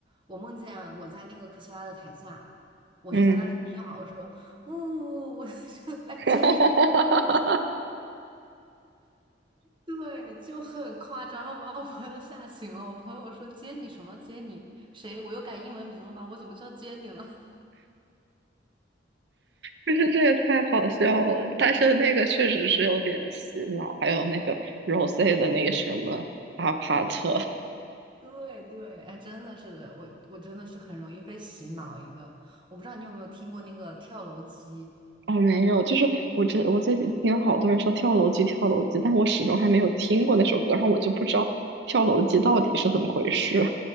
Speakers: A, on the right (about 25°); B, on the right (about 65°).
A: 我梦见我在那个科切拉的台下，我就在那里跳，
B: 嗯嗯，
A: 然后呜，我 <laughs> 就来接你，
B: <laughs>
A: 对，就很夸张，然后把我朋友吓醒了。我朋友说接你什么接你谁？我又改英文名了吗？我怎么叫接你了？
B: 就是这个太好笑了，但是那个确实是有点洗脑，还有那个 Rose 的那个什么阿帕特，
A: 啊，对对，哎，真的是我，我真的是很容易被洗脑一个。我不知道你有没有听过那个跳楼机。
B: 哦没有，就是我这我最近听好多人说跳楼机跳楼机，但我始终还没有听过那首歌，然后我就不知道跳楼机到底是怎么回事。